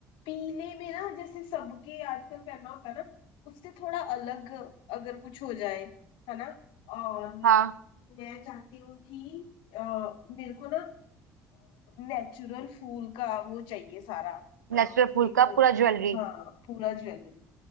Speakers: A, on the left; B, on the right.
A: पीले में ना जैसे सबके आजकल पहनना होता है ना उससे थोड़ा अलग अगर कुछ हो जाए है ना और अ,
B: हाँ
A: मैं चाहती हूँ कि अ, मेरे को ना नेचुरल फूल का वो चाहिए सारा
B: नेचुरल फूल
A: मेकओवर
B: का पूरा ज्वेलरी
A: हाँ पूरा ज्वेलरी